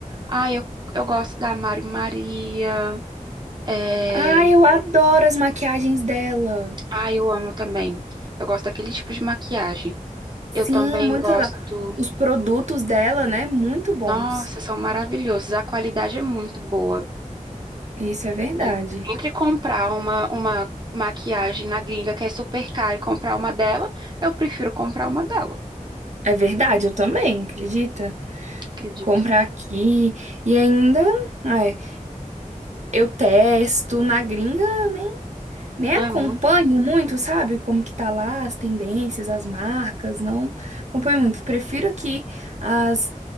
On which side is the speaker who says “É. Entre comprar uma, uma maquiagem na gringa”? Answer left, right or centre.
Right